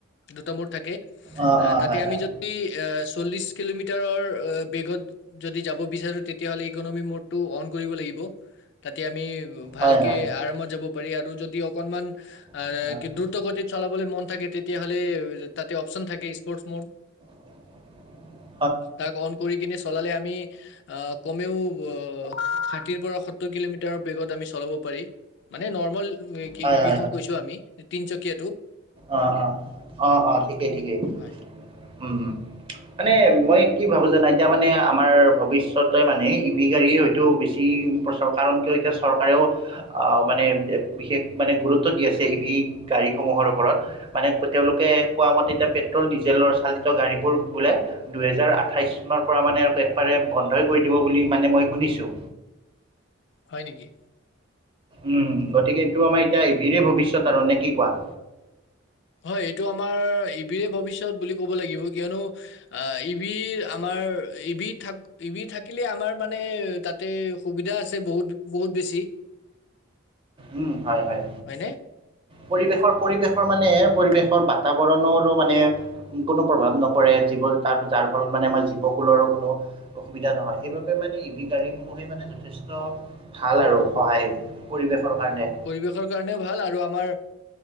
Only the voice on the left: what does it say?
দুটা মূড থাকে
আ
তাতে
আমি
য ই আ চল্লিশ কিলোমিটাৰৰ অ বেগত যদি যাব বিচাৰো তেতিয়াহ'লে ইকনমি মৰ্ড টো অন কৰিব লাগিব তাতে আমি ভালকে
আৰামত যাব পাৰি আৰু যদি অকনমান <unintelligible>
কিন্তু ত গতিত চলাবলৈ মন থাকে তেতিয়াহ'লে তাতে অপচন থাকে স্পৰ্টচ মৰ্ড
তাক অন কৰি কিনে চলালে আমি আ কমেও অ ষাঠি পৰা সত্তৰ কিলোমিটাৰৰ বেগত আমি চলাব পাৰি মানে নৰ্মল এ কি
ই
বিখন কৈছোঁ আমি এ তিনচকীয়াটো।
হয়
হয় নেকি।
হয়, এইটো আমাৰ ই ভিৰে ভৱিষ্যত বুলি ক'ব লাগিব। কিয়নো আ, ই ভিৰ আমাৰ, ই ভি থাক ই ভি থাকিলে আমাৰ মানে, তাতেই সুবিধা আছে, বহুত বহুত বেছি।
হয়নে?
পৰিৱেশৰ কাৰণেও ভাল, আৰু আমাৰ